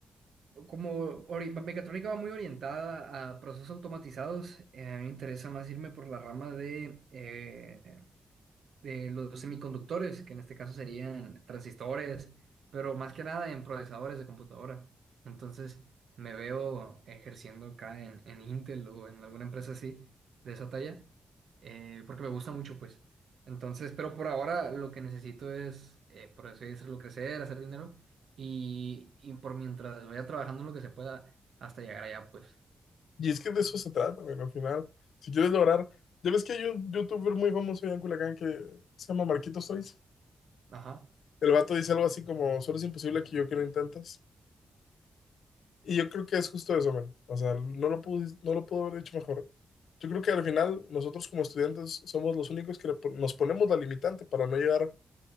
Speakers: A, on the right; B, on the left.
A: como ori- mecatrónica va muy orientada a procesos automatizados, eh, a mí me interesa más irme por la rama de eh, de los semiconductores, que en este caso serían transistores, pero más que nada en procesadores de computadora. Entonces, me veo ejerciendo acá en, en Intel o en alguna empresa así, de esa talla, eh, porque me gusta mucho, pues. Entonces, pero por ahora lo que necesito es, eh, por así decirlo, crecer, hacer dinero y, y por mientras vaya trabajando lo que se pueda hasta llegar allá, pues.
B: Y es que de eso se trata, bueno, al final. Si quieres lograr. Ya ves que hay un youtuber muy famoso allá en Culiacán que se llama Marquitos Toys.
A: Ajá.
B: El vato dice algo así como: Solo es imposible que yo que lo intentas. Y yo creo que es justo eso, man. O sea, no lo pude, no lo pudo haber hecho mejor. Yo creo que al final, nosotros como estudiantes somos los únicos que le pon- nos ponemos la limitante para no llegar